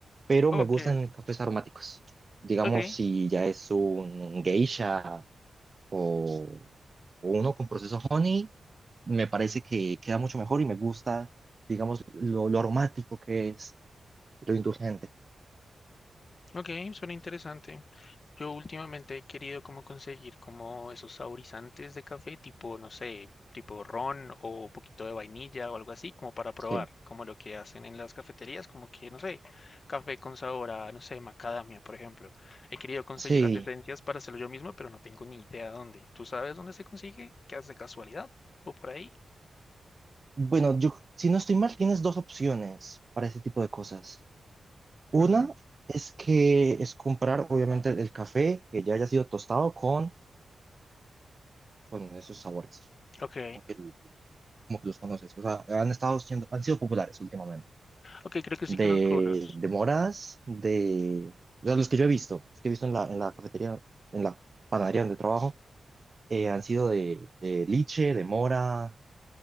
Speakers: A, on the right; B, on the left.
A: Pero
B: Ok,
A: me gustan cafés aromáticos. Digamos,
B: ok,
A: si ya es un, un geisha o, o uno con proceso honey, me parece que queda mucho mejor y me gusta, digamos, lo, lo aromático que es, lo indulgente.
B: Ok, suena interesante. Yo últimamente he querido como conseguir como esos saborizantes de café, tipo, no sé, tipo ron o un poquito de vainilla o algo así, como para probar,
A: Sí.
B: como lo que hacen en las cafeterías, como que, no sé, café con sabor a, no sé, macadamia, por ejemplo. He querido conseguir
A: Sí.
B: las esencias para hacerlo yo mismo, pero no tengo ni idea dónde. ¿Tú sabes dónde se consigue? ¿Qué haces de casualidad? ¿O por ahí?
A: Bueno, yo, si no estoy mal, tienes dos opciones para ese tipo de cosas. Una
B: Ujú,
A: es que es comprar, obviamente, el café que ya haya sido tostado con, con esos sabores,
B: Ok,
A: como que, como que los conoces. O sea, han estado siendo, han sido populares últimamente.
B: ok, creo que
A: De,
B: sí conozco unos.
A: de moras, de, o sea, los que yo he visto, los que he visto en la, en la cafetería, en la panadería donde trabajo eh, han sido de, de liche, de mora,